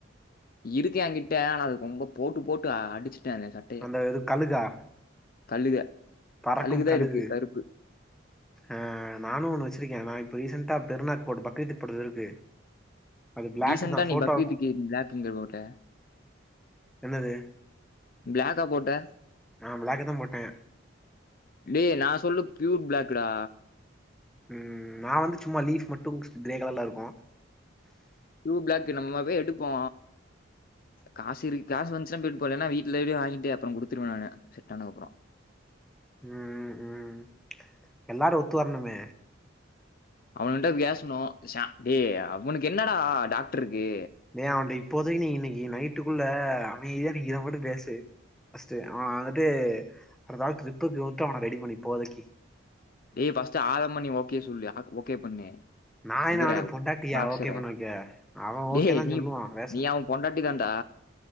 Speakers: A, on the left; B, in the centre.
A: இருக்கு எங்கிட்ட ஆனா அது ரொம்ப போட்டு போட்டு ஆ அடிச்சுட்டே அந்த சட்
B: அந்த இது கழுகா
A: கழுக
B: பறக்கும்
A: கழுகுதா
B: கழுகு
A: இருக்கு கருப்பு
B: ஆ நானு ஒன்னு வச்சிருக்கே நா இப்ப ரீசென்டா பெருநாக்கு போட்ட பக்ரீத்துக்கு போட்டது இருக்கு அது பிளாக்
A: டீசென்டா
B: தா
A: நீ
B: போட்டோ
A: பக்ரீத்துக்கு ப்ளாக் எங்க போட்ட
B: என்னது
A: ப்ளாக்கா போட்ட
B: நா ப்ளாக்கு தா போட்டே
A: டே நா சொல்லு பியூர் ப்ளாக்குடா
B: ம் நா வந்து சும்மா லீஃப் மட்டு க்ரே கலர்ல இருக்கு
A: ப்யூர் ப்ளாக்கு நம்ம போய் எடுப்போ காசு இருக்கு காசு வந்ச்சுனா போய் எடுப்போ இல்லனா வீட்ல எப்டியோ வாங்கிட்டு அப்பறோ குடுத்துருவ நானு செட்டானக்கப்றோ
B: ம் ம் எல்லாரு ஒத்து வரணுமே
A: அவன்ட பேசணு சா டே அவனுக்கு என்னடா டாக்ட்ருக்கு
B: டே அவன்ட இப்போதைக்கு நீ இன்னைக்கு நைட்டுக்குள்ள அமைதியா நீ இத மட்டு பேசு ஃபஸ்ட்டு அவ வந்துட்டு அடுத்தாள் ட்ரிப்புக்கு மட்டு அவன ரெடி பண்ணு இப்போதைக்கி
A: டே ஃபஸ்ட்டு ஆதம நீ ஓகே சொல்லு ஆக் ஓகே பண்ணு
B: நா என்ன
A: இவர
B: அவனுக்கு பொண்டாட்டியா
A: பாக்ஸர.
B: ஓகே பண்ண வைக்க அவ
A: டேய்
B: ஓகே தா
A: நீ
B: சொல்லுவா பேசு
A: நீ அவன் பொண்டாட்டி தான்டா